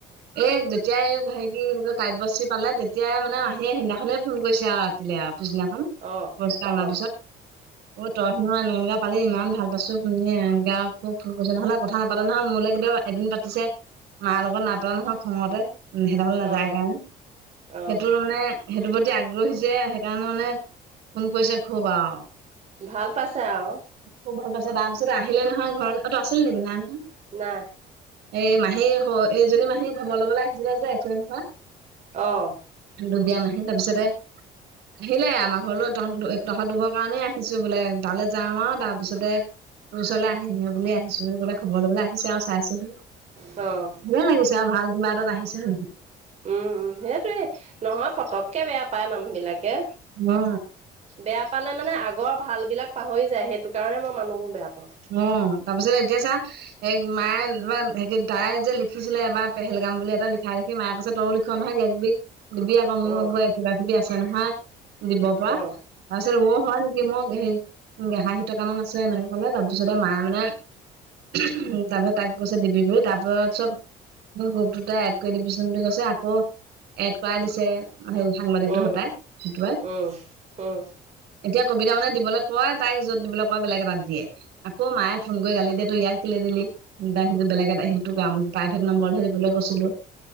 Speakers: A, on the right; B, on the right.
A: এই যেতিয়া, এই হেৰি কি বুলি কয়, কাব্যশ্ৰী পালে তেতিয়া মানে আহিয়ে সেইদিনাখনে ফোন কৰিছে আৰু ৰাতিলে আৰু পিছদিনাখন।
B: অ
A: পুৰস্কাৰ অনাৰ
B: অ
A: পিছত। অ', তই নহয় এনে এনেকা পালি ইমান ভাল পাইছোঁ। শুনিয়ে এনেকা আকৌ ফোন কৰিছোঁ। নহ'লে কথা নাপাতে নহয়, মোলৈ কিতিয়াবা এদিন পাতিছে, মা লগত নাপাতে নহয় খঙতে। উম, সিহঁতৰ ঘৰলে নাযায়
B: অ
A: কাৰণে।
B: অ
A: সেইটোৰো মানে, সেইটোৰ প্ৰতি আগ্ৰহ হৈছে, সেইকাৰণে মানে ফোন কৰিছে খুব আৰু।
B: ভাল পাইছে আৰু।
A: খুব ভাল পাইছে, তাৰপিছত আহিলে নহয় ঘৰলে। অ', তই আছিলি নেকি? নাই নহয়।
B: নাই।
A: এই মাহী স', এইজনী মাহী খবৰ লবলে আহিছিলে যে এক্সিডেণ্ট হোৱাত
B: আহ।
A: দুুগিয়া মাহী। তাৰপিছতে আহিলে আমাৰ ঘৰলৈ। তহঁত দু তহঁত দুঘৰৰ কাৰণে আহিছোঁ বোলে। তালে যাম আৰু, তাৰপিছতে 'তোৰ ওচৰলে আহিম', সে বুলি আহিছোঁ বুলি ক'লে। খবৰ লবলে আহিছে আৰু চাইছোহি।
B: অহ।
A: ভালে লাগিছে আৰু, ভাল কিবা এটাত আহিছে হ'ল।
B: উম, উম, সেইটোৱে নহয় পটককে বেয়া পায় মানুহবিলাকে।
A: মা'।
B: বেয়া পালে মানে আগৰ ভাল বিলাক পাহৰি যায়। সেইটোকাৰণে মই মানুহবোৰ বেয়া পাওঁ।
A: উম, তাৰপিছত এতিয়া চা এই মায়ে বা এই কি, তাই যে লিখিছিলে এবাৰ পেহেলগাম বুলি এটা লিখা কি, মায়ে কৈছে তইয়ো লিখো নহয় কিবা-কিবি। দিবি আকৌ মোৰ
B: অ',
A: এ' কিবা-কিবি আছে নহয়। দিব পৰা।
B: অ',
A: তাৰপিছত অ', হয় নেকি? মোক সেই, উম, হাহি থকা মান‌ আছে না কি ক'লে, তাৰ তাৰপিছতে মায়ে মানে, উম। তাৰপিছত তাইক কৈছে দিবি বুলি, তাৰপিছত মোৰ গোৰোপ টোতে এড কৰি দিবিচোন বুলি কৈছে। আকৌ, এড কৰাই দিছে। বা সেই, সাংবাদিকটো
B: উম,
A: সতাই, সেইটোৱে।
B: উম, উম,
A: এতিয়া কবিতা মানে দিবলৈ কয়, তাইক য'ত দিবলৈ কয় বেলেগ এটাত দি দিয়ে। আকৌ মায়ে ফোন কৰি গালি দে, 'তই ইয়াক কিয় দিলি? ' উম, তাই সেইটো বেলেগ এটা, সেইটো কাম, প্ৰাইভেট নম্বৰহে দিবলে কৈছিলোঁ।